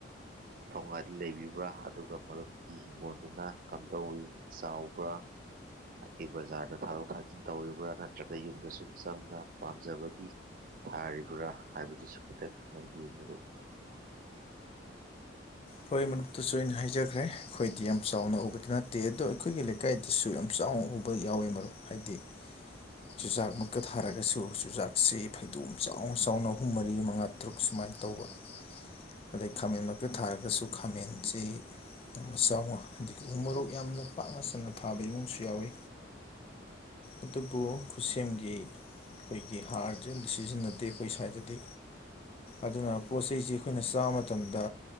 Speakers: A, on the right (about 45°); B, on the left (about 30°).
A: ꯃꯐꯝꯉꯥꯗꯤ ꯂꯩꯕꯤꯕ ꯭ꯕ꯭ꯔꯥ ꯑꯗꯨꯒ ꯃꯔꯨꯞꯀꯤ ꯍꯤꯡꯒꯣꯜꯗꯨꯅ ꯀꯝꯗꯧꯋꯤ ꯆꯥꯎꯕ꯭ꯔꯥ? <unintelligible> ꯕꯖꯥꯔꯗ ꯊꯥꯗꯣꯛ ꯊꯥꯖꯤꯟ ꯇꯧꯔꯤꯕ꯭ꯔꯥ ꯅꯠꯇ꯭ꯔꯒ ꯌꯨꯝꯗ ꯁꯨꯝ ꯆꯝꯅ ꯄꯥꯝꯖꯕꯒꯤ ꯊꯥꯔꯤꯕ꯭ꯔꯥ ꯍꯥꯏꯕꯗꯨꯁꯨ ꯈꯤꯇꯪ ꯈꯪꯪꯍꯟꯕꯤꯌꯨ ꯃꯔꯨꯞ꯫
B: ꯍꯣꯏ ꯃꯔꯨꯞꯇꯁꯨ ꯑꯩꯅ ꯍꯥꯏꯖꯈ꯭ꯔꯦ ꯑꯩꯈꯣꯏꯗꯤ ꯌꯥꯝ ꯆꯥꯎꯅ ꯎꯕꯗꯤ ꯅꯠꯇꯦ ꯑꯗꯣ ꯑꯩꯈꯣꯏꯒꯤ ꯂꯩꯀꯥꯏ ꯇꯁꯨ ꯌꯥꯝ ꯆꯥꯎꯅ ꯎꯕ ꯌꯥꯎꯋꯤ ꯃꯔꯨꯞ ꯍꯥꯏꯗꯤ ꯆꯨꯖꯥꯛ ꯃꯨꯛꯇ ꯊꯥꯔꯒꯁꯨ ꯆꯨꯖꯥꯛꯁꯤ ꯐꯩꯗꯣꯝ ꯆꯥꯎꯅ ꯆꯥꯎꯅ ꯑꯍꯨꯝ ꯃꯔꯤ ꯃꯉꯥ ꯇꯔꯨꯛ ꯁꯨꯃꯥꯏꯅ ꯇꯧꯕ ꯑꯗꯩ ꯈꯥꯃꯦꯟ ꯃꯀ ꯊꯥꯔꯒꯁꯨ ꯈꯥꯃꯦꯟꯁꯤ ꯌꯥꯝꯅ ꯆꯥꯎꯅ, ꯑꯗꯒꯤ ꯎ ꯃꯣꯔꯣꯛ ꯌꯥꯝꯅ ꯄꯥꯛꯅ ꯁꯟꯅ ꯊꯥꯕ ꯏꯃꯨꯡꯁꯨ ꯌꯥꯎꯋꯤ꯫ ꯑꯗꯨꯕꯨ ꯈꯨꯁꯦꯝꯒꯤ ꯑꯩꯈꯣꯏꯒꯤ ꯍꯥꯔꯗꯤ ꯑꯝꯇ ꯁꯤꯖꯤꯟꯅꯗꯦ ꯈꯣꯏ ꯁ꯭ꯋꯥꯏꯗꯗꯤ ꯑꯗꯨꯅ ꯄꯣꯠꯆꯩꯁꯤ ꯑꯩꯈꯣꯏꯅ ꯆꯥꯕ ꯃꯇꯝꯗ